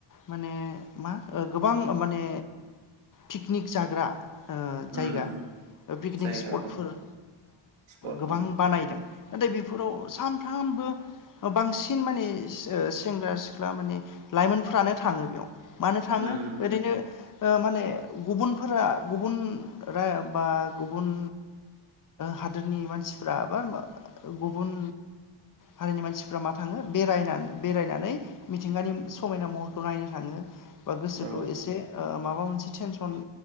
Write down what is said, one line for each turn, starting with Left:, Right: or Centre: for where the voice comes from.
Left: माने मा गोबां माने पिकनिक जाग्रा ओ जायगा
Right: उम
Left: पिकनिक
Right: जायगा
Left: स्पटफोराव
Right: औ स्पट
Left: गोबां
Right: उम
Left: बानायदों नाथाय बेफोराव सानफ्रामबो बांसिन माने सेंग्रा सिख्ला माने लाइमोनफ्रानो थाङो बेयाव मानो थाङो
Right: उम
Left: ओरैनो ओ माने गुबुनफोरा गुबुन रा बा गुबुन हादोरनि मान सिफ्रा बा गुबुन हारिनि मानसिफ्रा मा थाङो बेरायनानै बेरायनानै मिथिंगानि समायना महरखौ नायनो थाङो बा गोसोखौ
Right: औ
Left: एसे ओ माबा माबा मोनसे टेनसन